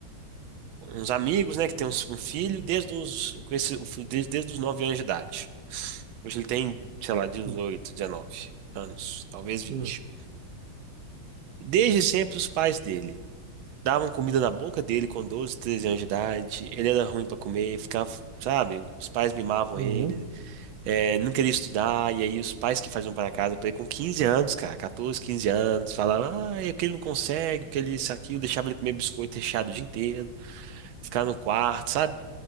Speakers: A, on the right (about 80°); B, on the right (about 65°).
A: uns amigos, né, que tem uns- um filho desde os, com esse, o filho desde, desde os 9 anos de idade. Hoje ele tem, sei lá, dezoito
B: Hum,
A: 19 anos, talvez vinte
B: hum,
A: Desde sempre os pais dele davam comida na boca dele com 12 13 anos de idade. Ele era ruim para comer, ficava, sabe, os pais mimavam
B: uhum.
A: ele, é, não queria estudar, e aí os pais que faziam para casa para ele com 15 anos, cara, 14 15 anos, falavam, ah, é que ele não consegue, porque ele isso aqui, eu deixava ele comer biscoito recheado o dia inteiro, ficar no quarto, sabe?